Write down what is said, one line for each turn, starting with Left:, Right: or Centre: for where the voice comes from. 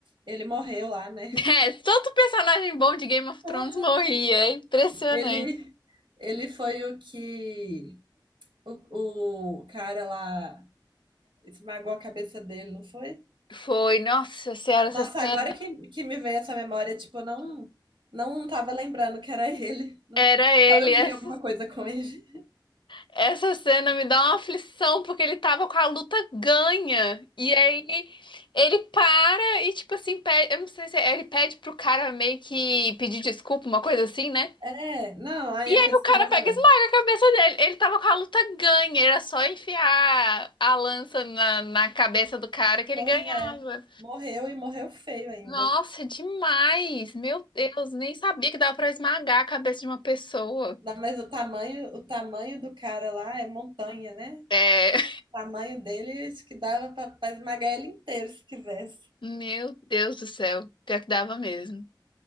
Right: Ele morreu lá, né?
Left: <laughs> é, todo personagem bom de Game of Thrones
Right: Ah,
Left: morria, é impressionante.
Right: Ele, ele foi o que. O, o cara lá esmagou a cabeça dele, não foi?
Left: Foi, nossa senhora, essa
Right: Nossa,
Left: cena.
Right: agora que, que me veio essa memória, tipo, eu não. Não tava lembrando que era ele. Não-
Left: Era ele,
Right: só eu
Left: essa
Right: vi alguma coisa com ele.
Left: Essa cena me dá uma aflição, porque ele tava com a luta ganha. E aí ele para e, tipo assim, pede, eu não sei se é- ele pede pro cara meio que pedir desculpa, uma coisa assim, né?
Right: É, não, aí
Left: E
Right: a
Left: aí
Right: pessoa.
Left: o cara pega e esmaga a cabeça dele. Ele tava com a luta ganha, era só enfiar a lança na, na cabeça do cara que ele
Right: Pois
Left: ganhava.
Right: é, morreu e morreu feio ainda.
Left: Nossa, demais! Meu Deus, nem sabia que dava pra esmagar a cabeça de uma pessoa.
Right: Não, Mas o tamanho, o tamanho do cara lá é montanha, né?
Left: É, <laughs>
Right: tamanho deles que dava para esmagar ele inteiro se quisesse.
Left: meu Deus do céu, pior que dava mesmo.